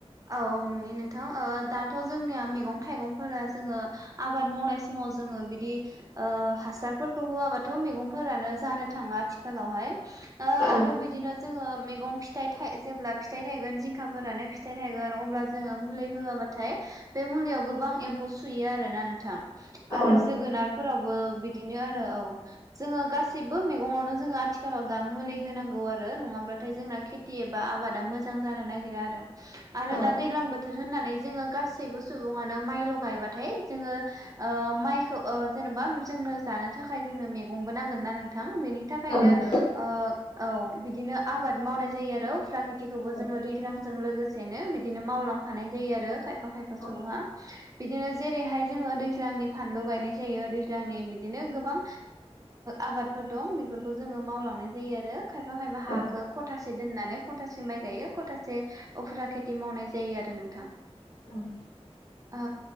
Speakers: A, on the right; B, on the left.
A: औ नुयो नोंथां दाथ' जोंनिया मैगं थाइगंफोरा जोङो आबाद मावनाय समाव जोङो बिदि हासारफोरखौ होआबाथ' मैगंफोरानो जानो थांला आथिखालावहाय। आरो
B: औ
A: बिदिनो जोङो मैगं फिथाइ जेब्ला फिथाइ थायगोन जिंखाफोरानो फिथाइ थागोन अब्ला जोङो मुलि होआबाथाय बे मुलियाव गोबां एम्फौ सुयो आरोना नोंथां
B: औ
A: आरो
B: नंगौ
A: जोगोनाद फोरावबो बिदिनो आरो औ। जोङो गासिबो मैगङावनो जोङो आथिखालाव दा मुलि होनांगौ आरो नङाब्लाथाय जोंना खेथि खेथि एबा आबादा मोजां जानो नागिरा आरो। आरो
B: औ
A: दा दैलां बोथोर होननानै जोङो गासैबो सुबुङानो माइल' गायबाथाय जोङो माइखौ जेन'बा जोंनो जानो थाखाय जोंनो मैगंबो नांगोन ना नोंथां बेनि थाखायनो
B: औ नंगौ
A: औ बिदिनो आबाद मावनाय जायो आरो उफ्रा खेटिखौबो
B: औ
A: जोङो दैज्लां जों लोगोसेनो बिदिनो मावलांफानाय जायो आरो खायफा खायफा
B: औ
A: सुबुङा। बिदिनो जेरैहाय जोङो दैज्लांनि फानलु गायनाय जायो दैज्लांनि बिदिनो गोबां। आबादफोर दं बेफोरखौ जोङो मावलांनाय जायो आरो। खायफा खायफा
B: औ
A: हाखौ खथासे दोननानै खथासे माइ गायो खथासे अफेरा खेथि मावनाय जायो आरो नोंथां।
B: उम।
A: ओ